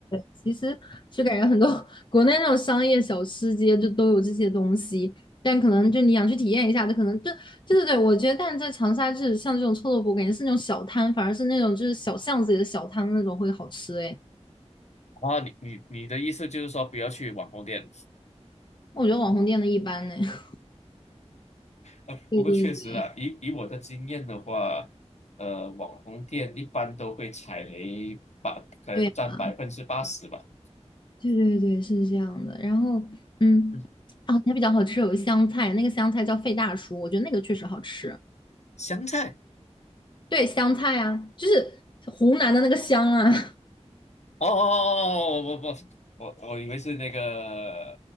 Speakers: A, on the left; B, on the left.
A: 其实就感觉很多 <laughs> 国内那种商业小吃街就都有这些东西，但可能就你想去体验一下，就可能就对对对，我觉得但是在长沙就是像这种臭豆腐，感觉是那种小摊，反而是那种就是小巷子里的小摊那种会好吃诶，
B: 啊，你你你的意思就是说不要去网红店？
A: 我觉得网红店的一般呢。<laughs>
B: 呃，
A: 对对
B: 不过确实啦，以以我的经验的话，呃，网红店一般都会踩雷百，可能占百分之八十吧。
A: 对呀对对对，是这样的。然后，嗯，
B: 嗯，
A: 啊，它比较好吃，有个香菜，那个香菜叫费大叔，我觉得那个确实好吃。
B: 香菜
A: 对，香菜啊，就是湖南的那个香啊，<laughs>
B: 哦哦哦，我我我我以为是那个